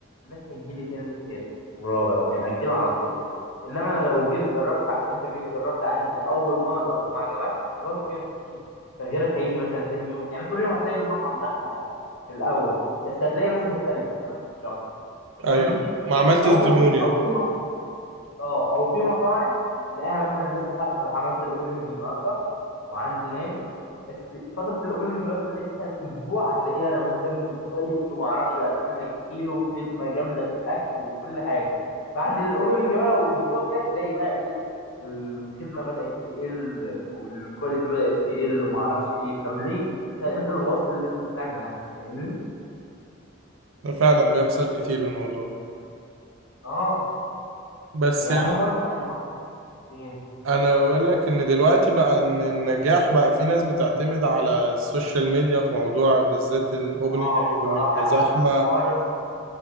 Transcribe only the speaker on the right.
ايوه ما عملتش
زبون يعني
ده فعلا بيحصل كتير الموضوع
بس
يعني
انا اقول لك ان دلوقتي بقى ان النجاح بقى في ناس بتعتمد على السوشيال ميديا في موضوع بالذات الاوبننج
وان يبقى
زحمه